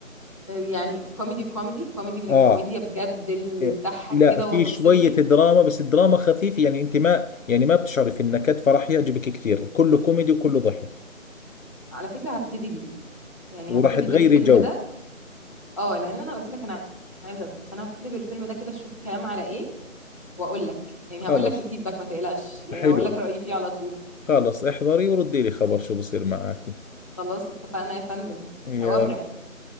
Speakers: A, on the left; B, on the left.
A: يعني كوميدي كوميدي كوميدي من
B: اه
A: الكوميديا بجد اللي
B: إيه،
A: تضحك
B: لا
A: كده
B: في
A: وهتبسطني
B: شوية دراما بس الدراما خفيفة يعني انت ما يعني ما بتشعري في النكد فراح يعجبك كثير كله كوميدي وكله ضحك
A: على فكرة هبتدي بيه يعني
B: وراح
A: هبتدي
B: تغيري
A: بالفيلم
B: جو
A: ده اه لان انا قلت لك انا عايزة اضحك فانا هبتدي بالفيلم ده كده اشوف الكلام على ايه واقول لك يعني
B: خلص
A: هقول لك الفيدباك ما تقلقش يعني
B: حلو
A: هقول لك رأيي فيه على طول
B: خلص احضري وردي لي خبر شو بصير معك
A: خلاص اتفقنا يا فندم
B: يلا
A: اوامرك